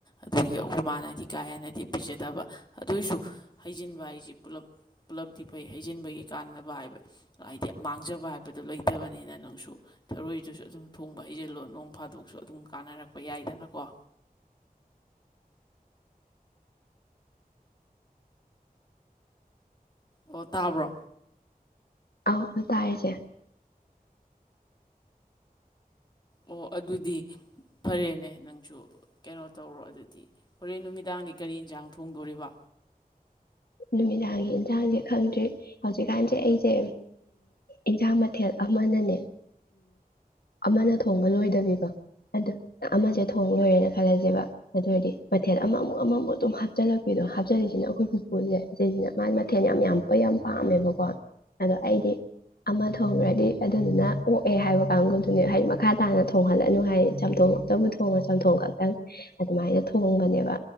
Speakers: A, on the left; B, on the left.
A: ꯑꯗꯨꯒꯤ ꯑꯩꯈꯣꯏ ꯃꯥꯅꯗꯤ ꯀꯥ ꯍꯦꯟꯅꯗꯤ ꯄꯤꯖꯗꯕ ꯑꯗꯨꯏꯁꯨ ꯍꯩꯖꯤꯟꯕ ꯍꯥꯏꯁꯤꯦ ꯄꯨꯜꯂꯞ ꯄꯨꯜꯂꯞꯗꯤ ꯐꯩ ꯍꯩꯖꯤꯟꯕꯒꯤ ꯀꯥꯟꯅꯕ ꯍꯥꯏꯕ ꯍꯥꯏꯗꯤ ꯃꯥꯡꯖꯕ ꯍꯥꯏꯕꯗꯨꯣ ꯂꯩꯇꯕꯅꯤꯅ ꯅꯪꯁꯨ ꯊꯔꯣꯏꯗꯨꯁꯨ ꯑꯗꯨꯝ ꯊꯣꯡꯕ ꯍꯩꯖꯤꯜꯂꯣ ꯅꯣꯡ ꯐꯥꯗꯣꯛꯁꯨ ꯑꯗꯨꯝ ꯀꯥꯟꯅꯔꯛꯄ ꯌꯥꯏꯗꯅꯀꯣ ꯑꯣ ꯇꯥꯕ꯭ꯔꯣ
B: ꯑ ꯇꯥꯏꯌꯦꯁꯦ
A: ꯑꯣ ꯑꯗꯨꯗꯤ ꯐꯔꯦꯅꯦ ꯅꯪꯁꯨ ꯀꯩꯅꯣ ꯇꯧꯔꯣ ꯑꯗꯨꯗꯤ ꯍꯣꯔꯦꯟ ꯅꯨꯃꯤꯗꯥꯡꯗꯤ ꯀꯔꯤ ꯌꯦꯟꯁꯥꯡ ꯊꯣꯡꯗꯣꯔꯤꯕ
B: ꯅꯨꯃꯤꯗꯥꯡꯒꯤ ꯏꯟꯁꯥꯡꯁꯦ ꯈꯪꯗ꯭ꯔꯤ ꯍꯧꯖꯤꯛꯀꯥꯟꯁꯦ ꯑꯩꯁꯦ ꯏꯟꯁꯥꯡ ꯃꯊꯦꯜ ꯑꯃꯅꯅꯦ ꯑꯃꯅ ꯊꯣꯡꯕ ꯂꯣꯏꯗꯕꯤꯀꯣ ꯑ ꯑꯃꯁꯦ ꯊꯣꯡ ꯂꯣꯏꯔꯦꯅ ꯈꯜꯂꯁꯦꯕ ꯑꯗꯨ ꯑꯣꯏꯔꯗꯤ ꯃꯊꯦꯜ ꯑꯃꯃꯨꯛ ꯑꯃꯃꯨꯛ ꯑꯗꯨꯝ ꯍꯥꯞꯆꯤꯜꯂꯛꯄꯤꯗꯣ ꯍꯥꯞꯆꯤꯜꯂꯤꯂꯤꯁꯤꯅ ꯑꯩꯈꯣꯏꯕꯨ ꯎꯄꯨꯁꯦ ꯁꯤꯁꯤꯅ ꯃꯥꯒꯤ ꯃꯊꯦꯜ ꯌꯥꯝ ꯌꯥꯝ ꯌꯥꯝ ꯄꯥꯝꯃꯦꯕꯀꯣ ꯑꯗꯣ ꯑꯩꯗꯤ ꯑꯃ ꯊꯣꯡꯈ꯭ꯔꯗꯤ ꯑꯗꯨꯗꯨꯅ ꯑꯣꯛꯑꯦ ꯍꯥꯏꯕ ꯀꯥꯡꯒꯗꯨꯅꯦ ꯍꯥꯏꯗꯤ ꯃꯈꯥ ꯇꯥꯅ ꯊꯣꯡꯍꯜꯂꯅꯨ ꯍꯥꯏꯗꯤ ꯆꯝꯊꯣꯡꯇꯕꯨ ꯊꯣꯡꯉ ꯆꯝꯊꯣꯡ ꯈꯛꯇꯪ ꯑꯗꯨꯃꯥꯏꯅ ꯊꯣꯡꯕꯅꯦꯕ